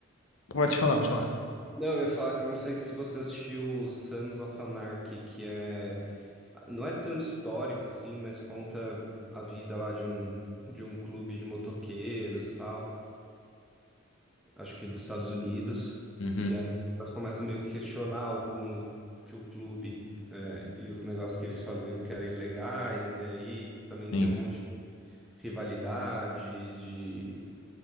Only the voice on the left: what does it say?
Pode falar, pode falar.
Uhum,
sim.